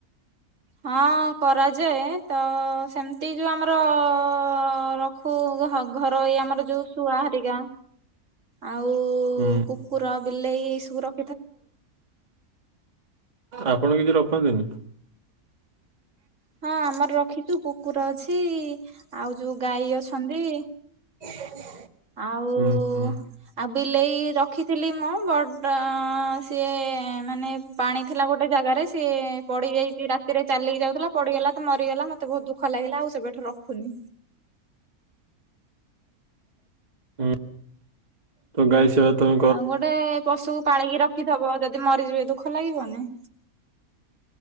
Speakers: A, on the right; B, on the right.
A: ହଁ କରାଯାଏ। ତ ସେମିତି ଯୋଉ ଆମର ଅ ଅ ରଖୁ ଘ ଘରୋଇ ଆମର ଯୋଉ ଶୁଆ ହରିକା ଆଉ
B: ହୁଁ
A: କୁକୁର, ବିଲେଇ ଏ ସବୁ ର
B: ଆପଣ କିଛି ରଖନ୍ତିନି
A: ହଁ ଆମର ରଖିଛୁ କୁକୁର ଅଛି ଆଉ ଯୋଉ ଗାଈ ଅଛନ୍ତି।
B: <unintelligible>
A: ଆଉ ଉ
B: ହୁଁ ହୁଁ
A: ଆଉ ବିଲେଇ ରଖିଥିଲି ମୁଁ ବଟ ଅ ସିଏ ମାନେ ପାଣି ଥିଲା ଗୋଟେ ଜାଗାରେ ସିଏ ପଡି ଯାଇଛି ରାତିରେ ଚାଲିକି ଯାଉଥିଲା ପଡିଗଲା ତ ମରିଗଲା ମୋତେ ବହୁତ ଦୁଖ ଲାଗିଲା ଆଉ ସେବେଠୁ ରଖୁନି।
B: ହୁଁ ତ ଗାଈ ସେବା ତ
A: ଆଉ ଗୋଟେ ପଶୁକୁ ପାଳିକି ରଖିଥିବ ଯଦି ମରିଯିବେ ଦୁଃଖ ଲାଗିବନି।